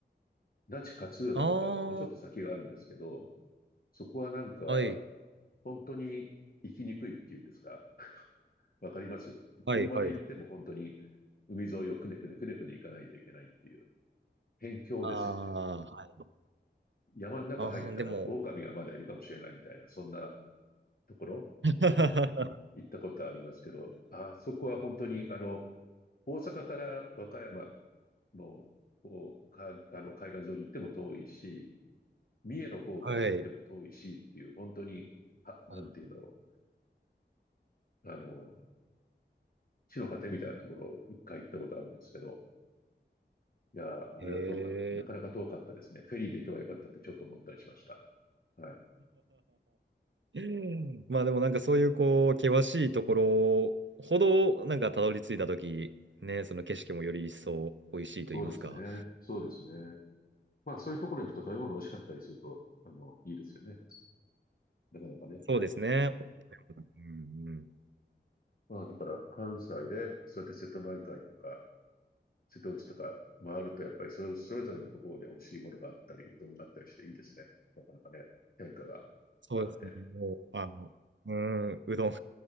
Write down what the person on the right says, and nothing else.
あ
あ、はい。
はい、はい、はい。
ああはい。
ああ、でも、
<laughs> あ。
はいはいはい
あはいああでもはいはい
へ
え。<laughs> まあでもなんかそういうこう、険しいところほど、なんかたどり着いたとき、ね、その景色もより一層美味しいと言いますか。
そうですね。うんうん。
そうですね。もう、あの、うん、うどん。